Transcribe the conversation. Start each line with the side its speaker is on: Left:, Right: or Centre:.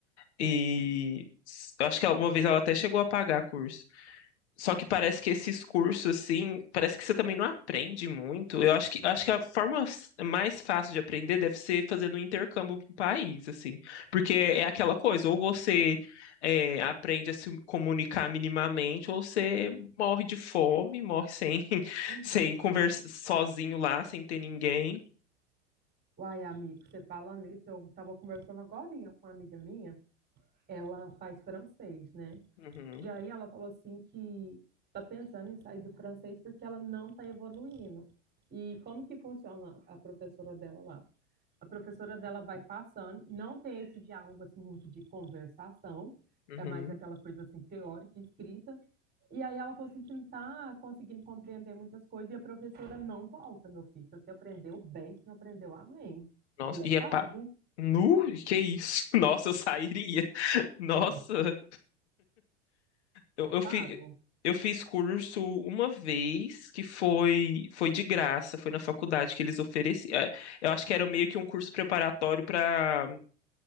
Left: e s- eu acho que ela- uma vez ela até chegou a pagar curso. Só que parece que esses cursos, assim, parece que você também não aprende muito. Eu acho que, acho que a forma s- mais fácil de aprender deve ser fazendo um intercâmbio para o país, assim. Porque é aquela coisa, ou você é, aprende a se comunicar minimamente, ou você morre de fome, morre sem, <laughs>
Right: Uhum.
Left: sem conversar sozinho lá, sem ter ninguém.
Right: Uai, amigo, você fala nisso, eu estava conversando agora com uma amiga minha, ela faz francês, né?
Left: Uhum,
Right: E aí ela falou assim que tá pensando em sair do francês porque ela não tá evoluindo. E como que funciona a professora dela lá? A professora dela vai passando, não tem esse diálogo assim muito de conversação,
Left: uhum.
Right: é mais aquela coisa assim teórica, escrita. E aí ela falou assim que não tá conseguindo compreender muitas coisas e a professora não volta, meu filho. Se você aprendeu bem, se não aprendeu, amém.
Left: Nossa,
Right: E é
Left: e
Right: pago?
Left: é pa... Nu? Que isso? <laughs> Nossa, eu sairia. Nossa.
Right: É,
Left: Eu,
Right: é
Left: eu,
Right: pago?
Left: fi, eu fiz curso uma vez que foi foi de graça, foi na faculdade que eles ofereciam. É, Eu acho que era meio que um curso preparatório para